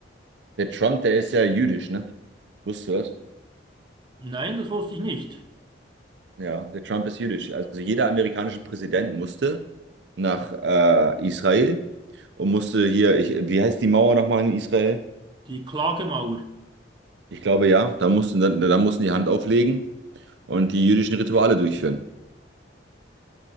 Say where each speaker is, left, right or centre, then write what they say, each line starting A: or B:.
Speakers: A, on the right; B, on the right.
A: Der Trump, der ist ja jüdisch, ne? Wusstest du das?
B: Nein, das wusste ich nicht.
A: Ja, der Trump ist jüdisch. Also jeder amerikanische Präsident musste nach äh, Israel und musste hier, ich, wie heißt die Mauer nochmal in Israel?
B: Die Klagemauer.
A: Ich glaube ja, da mussten, da, da mussten die Hand auflegen und die jüdischen Rituale durchführen.